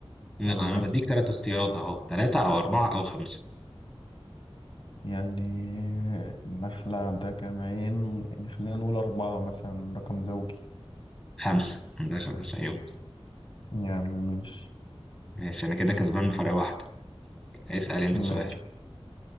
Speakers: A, in the centre; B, on the left.
A: لا
B: ولا
A: أنا
B: ايه
A: بديك ثلاث اختيارات أهو ثلاثة أو أربعة أو خمسة
B: يعني النحلة عندها كام عين يعني خلينا نقول أربعة مثلا رقم زوجي
A: خمسة عندها خمسة عيون
B: يعني ماشي
A: ماشي أنا كده كسبان بفرق واحدة اسأل أنت
B: ماشي
A: سؤال